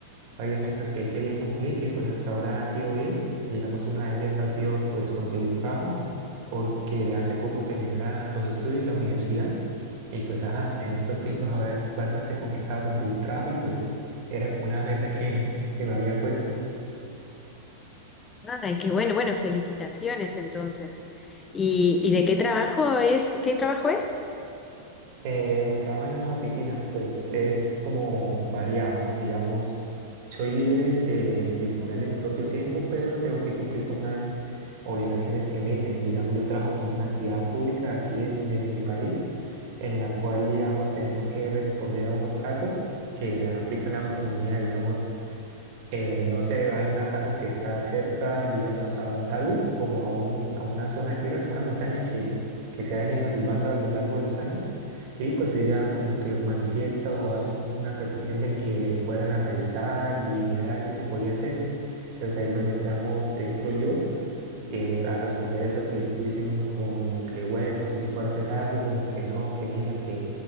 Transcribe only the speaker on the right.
varias metas que he querido cumplir, que pues hasta ahora ha sido bien. Digamos, una de ellas ha sido pues conseguir trabajo, porque hace poco terminé la- los estudios, la universidad, y pues ajá, en estos tiempos ahora es bastante complicado conseguir trabajo y pues era como una meta que, <laughs> que me había puesto.
Eh, trabajo en una oficina, pues es como variado, ¿no? Digamos, soy libre de disponer de mi propio tiempo, pero tengo que cumplir con unas obligaciones que me dicen. Digamos, yo trabajo como una entidad pública aquí de mi, de mi país, en la cual, digamos, tenemos que responder a unos casos que aplican a la comunidad. Digamos, eh, no sé, hay una casa que está cerca, digamos, a un talud, como a, un, a una zona de tierra, como una montaña que, que se ha venido derrumbando a lo largo de los años. Y pues ella como que manifiesta o hace un- una petición de que fueran a revisar y mirar a ver qué se podía hacer. Entonces ahí es donde entramos, entro yo eh, a responder esa solicitud diciendo como que bueno, si se puede hacer algo, como que no, que mira, que